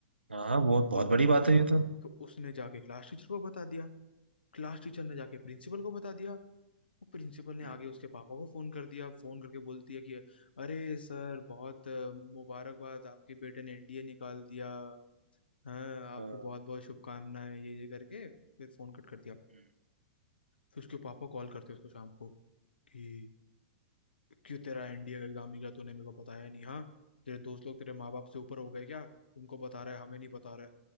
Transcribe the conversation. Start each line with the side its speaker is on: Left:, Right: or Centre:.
Right: हाँ बहुत बहुत
Left: तो
Right: बड़ी
Left: उस
Right: बात है ये तो
Left: तो उसने जाके क्लास टीचर को बता दिया क्लास टीचर ने जाके प्रिंसिपल को बता दिया वो प्रिंसिपल ने
Right: हम्म,
Left: आगे उसके पापा को फोन कर दिया फोन करके बोलती है कि अरे सर बहुत अ, मुबारकबाद आपके बेटे ने एनडीए निकाल दिया हाँ आपको
Right: हाँ,
Left: बहुत बहुत शुभकामनाएं ये ये करके फिर फोन कट कर दिया
Right: हम्म।
Left: फिर उसके पापा कॉल करते हैं उसको शाम को कि क्यों तेरा एनडीए का एग्जाम निकला तूने मेरे को बताया नहीं हाँ तेरे दोस्त लोग तेरे माँ बाप से ऊपर हो गए क्या उनको बता रहा है हमें नहीं बता रहा है